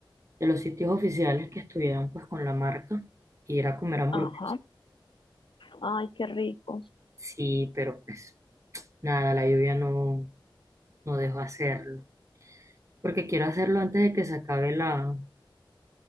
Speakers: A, on the right; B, on the left.
A: de los sitios oficiales que estuvieran pues con la marca y ir a comer hamburguesas.
B: Ajá. Ay, qué rico.
A: Sí, pero pues nada, la lluvia no, no dejó hacerlo. Porque quiero hacerlo antes de que se acabe la,